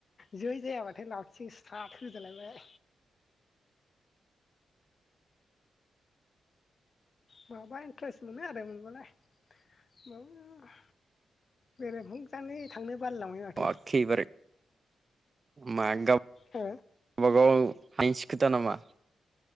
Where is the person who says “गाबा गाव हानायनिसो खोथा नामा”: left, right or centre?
Right